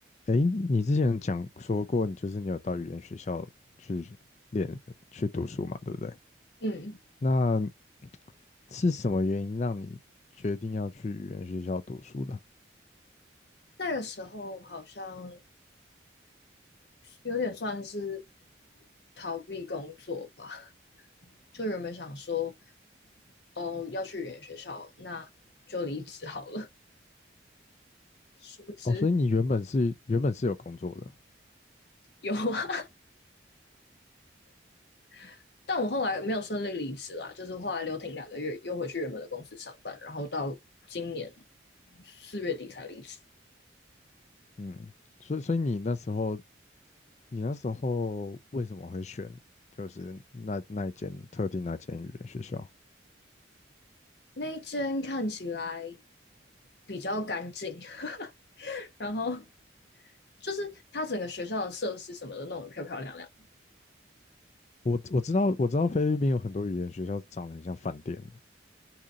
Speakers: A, on the left (about 35°); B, on the left (about 60°).
A: 诶，你之前讲说过，你就是你有到语言学校去练去读书嘛，对不对？
B: 嗯，
A: 那是什么原因让你决定要去语言学校读书的？
B: 那个时候好像有点算是逃避工作吧，就原本想说，哦，要去语言学校，那就离职好了。<laughs> 殊不知
A: 哦，所以你原本是原本是有工作的，
B: 有啊 <laughs> 但我后来没有顺利离职啦，就是后来留停两个月，又回去原本的公司上班，然后到今年四月底才离职。
A: 嗯，所以所以你那时候你那时候为什么会选就是那那一间特定那间语言学校？
B: 那一间看起来比较干净，<laughs> 然后就是它整个学校的设施什么的弄得漂漂亮亮。
A: 我我知道我知道菲律宾有很多语言学校长得很像饭店的，